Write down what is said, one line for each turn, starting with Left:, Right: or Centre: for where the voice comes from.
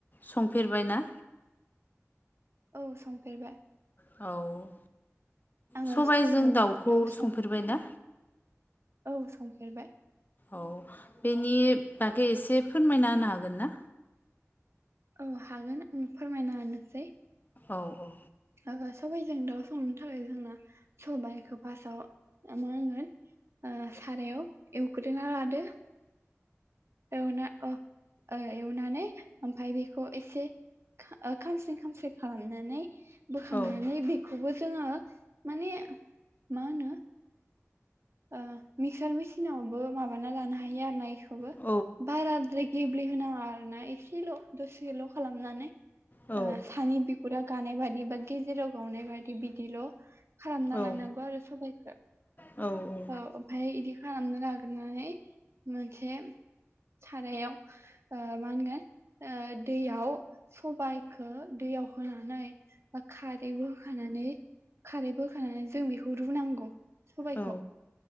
Left: संफेरबायना?
Right: औ संफेरबाय।
Left: औ।
Right: आङो
Left: सबाय
Right: सबायजों
Left: जों दाउखौ
Right: दाउ
Left: संफेरबाय ना?
Right: औ संफेरबाय
Left: औ बेनि बागै एसे फोरमायना होनो हागोन ना?
Right: औ हागोन आं फोरमायना होनोसै
Left: औ औ।
Right: ओ सबाइजों दाउ संनो थाखाय जोंना सबाइखौ फार्स्टाव ओ मा होनो ओ सारायाव एवग्रोना लादो। एवना अ ओ एवनानै ओमफ्राय बेखौ एसे खा ओ खामसि खामसि खालामनानै बोखांनानै
Left: औ
Right: बेखौबो जोङो माने मा होनो ओ मिक्सार मेचिनावबो माबाना लानो हायो आरो ना इखोबो
Left: औ
Right: बाराद्राय गेब्ले होनाङा आरो ना एसेल' दसेल' खालामनानै
Left: औ
Right: ओ सानि बिख बिगुरा गानाय बादि बा गेजेराव गावनाय बादि बिदिल' खालामना
Left: औ
Right: लानांगौ आरो सबाइखौ।
Left: औ औ।
Right: अ ओमफाय इदि खालामना लाग्रानै मोनसे सारायाव ओ माहोनगोन ओ दैयाव सबाइखौ दैयाव होनानै बा खारैबो होखानानै खारैबो होखानानै जों बेखौ रुनांगौ सबायइखौ।
Left: औ